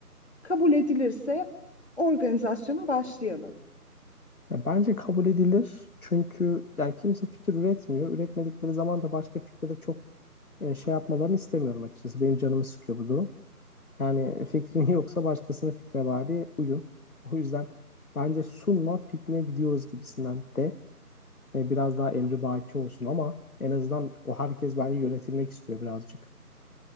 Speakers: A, on the left; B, on the left.
A: Kabul edilirse organizasyona başlayalım.
B: Ya bence kabul edilir. Çünkü yani kimse fikir üretmiyor. Üretmedikleri zaman da başka fikre de çok e, şey yapmalarını istemiyorum açıkçası. Benim canımı sıkıyor bu durum. Yani fikrin <laughs> yoksa başkasının fikre bari uyun. O yüzden bence sunma pikniğe gidiyoruz gibisinden de e, biraz daha emri baki olsun ama en azından o herkes bence yönetilmek istiyor birazcık.